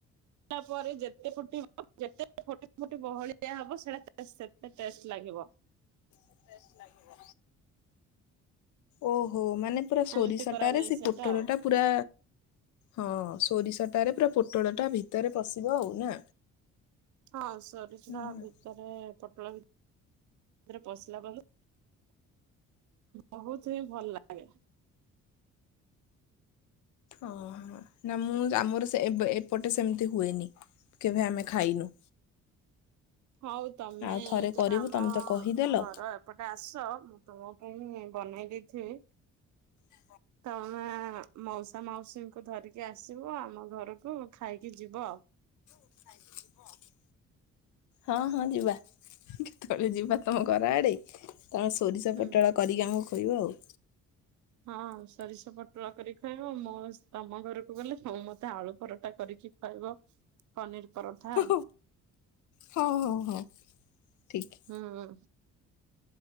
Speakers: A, on the right (about 70°); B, on the left (about 75°).
A: ଲା ପରେ ଯେତେ ଫୁଟିବ ଯେତେ ଫୁଟି ଫୁଟି ବହଳିଆ ହବ ସେଟା ସେତେ ଟେଷ୍ଟ ଲାଗି ଗିବ
B: ଲ ଓହୋ ମାନେ ପୁରା ସୋରିଷ
A: ଏମିତି କରାଯାଏ
B: ଟାରେ ସେ
A: ସେଟା
B: ପୋଟଳ
A: ଆଉ।
B: ଟା ପୁରା ହଁ ସୋରିଷଟାରେ ପୁରା ପୋଟଳ ଟା ଭିତରେ ପଶିବ ଆଉ ନା।
A: ହଁ ସରିଚୁରା
B: ହୁଁ
A: ଭିତରେ ପୋଟଳ ଭିତରେ ପଶିଲା ବହୁତ ହିଁ ଭଲ ଲାଗେ।
B: ଓହୋ ନା ମୁଁ ଆମର ସେ ଏବେ ଏପଟେ ସେମିତି ହୁଏନି କେବେ ଆମେ ଖାଇନୁ।
A: ହଉ ତମେ
B: ଆଉ ଥରେ
A: କେବେ
B: କରିବୁ
A: ଆମ
B: ତମେ ତ କହିଦେଲ
A: ଘର ଏପଟେ ଆସ ମୁଁ ତମ ପାଇଁ ବ ବନାଇଦେଇଥିବେ।
B: ହ।
A: ତମେ ମଉସା ମାଉସୀଙ୍କୁ ଧରିକି ଆସିବ ଆମ ଘରକୁ ଖାଇକି ଯିବ।
B: ୁ ଖାଇ ଯିବ ଆଉ ହଁ ହଁ ଯିବା। କେତେବେଳେ ଯିବା? ତମ ଘର ଆଡ଼େ ତମେ ସୋରିଷ
A: ହୁଁ।
B: ପୋଟଳ କରିକି ଆମକୁ ଖୋଇବ ଆଉ।
A: ହଁ ସୋରିଷ ପୋଟଳ କରିି ଖାଇବ ମୋ ତମ ଘରକୁ ଗଲେ ମୁ ମତେ ଆଳୁ ପରଟା କରିକି ଖା ପନିର। ପରଠା
B: ହଁ
A: ଆଉ
B: ହଉ ହଉ ଠିକ।
A: ହୁଁ